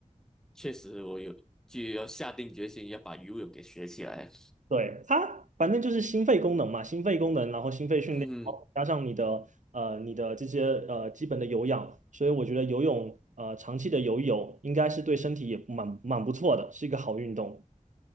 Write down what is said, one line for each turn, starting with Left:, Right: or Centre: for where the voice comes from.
Centre: 确实，我有就要下定决心要把游泳给学起来。
Right: 对，它反正就是心肺功能嘛，心肺功能，然后心肺训练，
Centre: 嗯，
Right: 然后加上你的呃你的这些呃基本的有氧，所以我觉得游泳呃长期的游泳应该是对身体也蛮蛮不错的，是一个好运动。